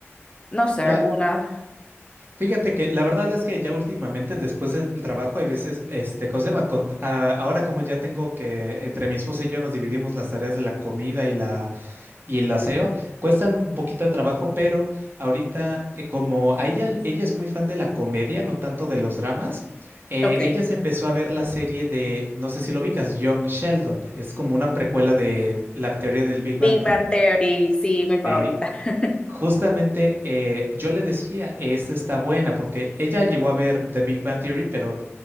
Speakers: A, on the left; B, on the right.
A: no sé,
B: La,
A: algunas?
B: fíjate que la verdad es que ya últimamente, después del trabajo, hay veces, este, ¿cómo se llama? Cont- a- ahora como ya tengo que, entre mi esposa y yo nos dividimos las tareas de la comida y la Y el aseo cuestan un poquito de trabajo, pero ahorita, eh, como a ella, ella es muy fan de la comedia, no tanto de los dramas, eh,
A: Ok.
B: ella se empezó a ver la serie de, no sé si lo ubicas, Young Sheldon. Es como una precuela de la teoría del Big Bang.
A: Big Bang Theory, sí, mi favorita.
B: Sí.
A: <laughs>
B: Justamente eh, yo le decía, esta está buena, porque ella llegó a ver The Big Bang Theory, pero